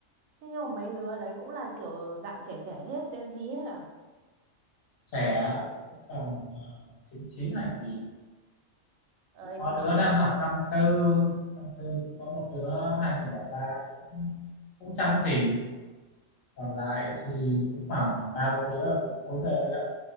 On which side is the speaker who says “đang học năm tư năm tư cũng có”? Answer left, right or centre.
Left